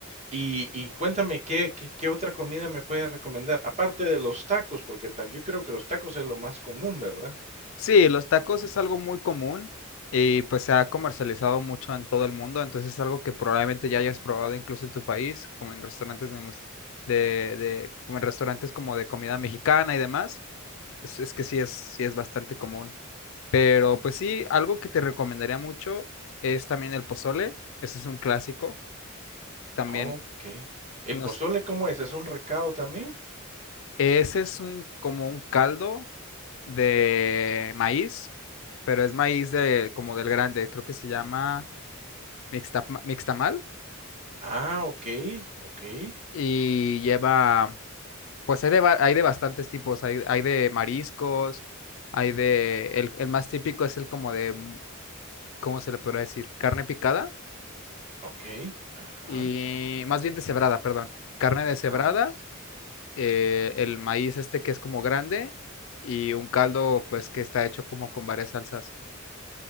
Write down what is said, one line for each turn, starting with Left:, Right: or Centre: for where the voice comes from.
Right: Y y cuéntame, ¿qué qué qué otra comida me puedes recomendar? Aparte de los tacos, porque tan yo creo que los tacos es lo más común, ¿verdad?
Left: sí, los tacos es algo muy común y pues se ha comercializado mucho en todo el mundo. Entonces es algo que probablemente ya hayas probado incluso en tu país, como en restaurantes de, mus- de, de- como en restaurantes como de comida mexicana y demás.
Right: Mm,
Left: Es, es que sí es, sí es bastante común. Pero pues sí, algo que te recomendaría mucho es también el pozole. Ese es un clásico. También
Right: okey. ¿El
Left: nos,
Right: pozole cómo es? ¿Es un recado también?
Left: ese es un como un caldo de maíz, pero es maíz de como del grande, creo que se llama mixtapa- mixtamal
Right: Ah, okey, okey,
Left: y lleva pues hay de va- hay de bastantes tipos, hay, hay de mariscos, hay de el, el más típico es el como de ¿cómo se le podrá decir? carne picada
Right: okey, ajá.
Left: y más bien deshebrada, perdón. Carne deshebrada,
Right: Ah, pues ah.
Left: eh, el maíz este que es como grande y un caldo pues que está hecho como con varias salsas.